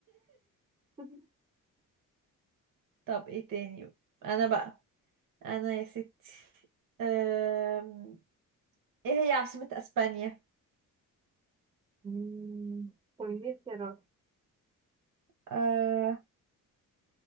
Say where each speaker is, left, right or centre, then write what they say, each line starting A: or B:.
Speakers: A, on the right; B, on the right.
A: <laughs>
B: طب ايه تاني انا بقى انا يا ستي أم... ايه هي عاصمة اسبانيا
A: مم. طب دي اختيارات
B: أه...